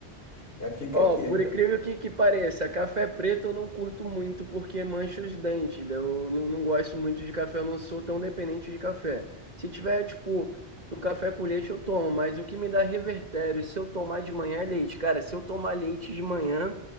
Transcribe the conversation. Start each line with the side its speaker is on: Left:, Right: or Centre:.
Left: Já fica
Right: Ó,
Left: aqui.
Right: por incrível que, que pareça, café preto eu não curto muito porque mancha os dentes. daí Eu não, não gosto muito de café, eu não sou tão dependente de café. Se tiver, tipo, um café com leite, eu tomo, mas o que me dá revertério, se eu tomar de manhã é leite. Cara, se eu tomar leite de manhã,